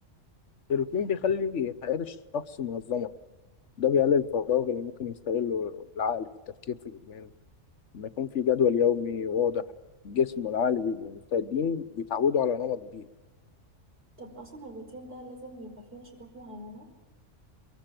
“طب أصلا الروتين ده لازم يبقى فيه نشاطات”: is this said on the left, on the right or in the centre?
Right